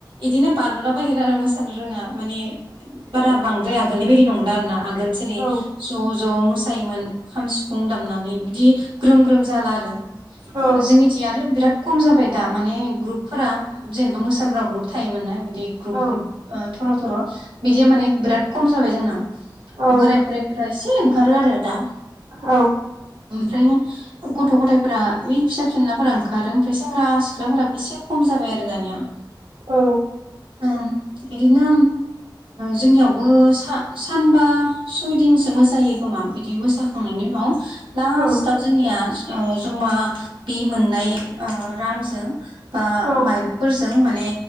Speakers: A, on the right; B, on the right.
A: यिदिनो बाद्लला बायगोन आरो मोसानो रोङा माने बारा बांद्राय आगोलनि बायदि नंला आरोना आगोल जेरै
B: औ
A: ज' ज' मोसा सायोमोन खाम सिफुं दामनानै बिदि ग्रोम ग्रोम जाला आरो
B: औ
A: जोंनिथिं आरो बिराद खम जाबाय दा माने ग्रुपफोरा जेनेबा मोसाग्रा ग्रुप थायोमोन ना बिदि ग्रुप
B: औ
A: ग्रुप थर' थर' बिदिया माने बिराद खम जाबाय जोंना
B: औ
A: बोराय बुरैफोरा एसे ओंखारो आरो दा
B: औ
A: ओमफ्राय गथ' गथायफोरा बे फिसा फेनलाफोरा ओंखारो ओमफ्राय सेंग्रा सिख्लाफोरा एसे खम जाबाय आरो आरो दानिया
B: औ
A: ओं बिदिनो जोंनियावबो सानबा सयदिनसो मोसायो खो मा बिदि मोसाखांनायनि उनाव लास्टाव
B: औ
A: जोंनिया जमा बि मोननाय रांजों बा
B: औ
A: माइरंफोरजों माने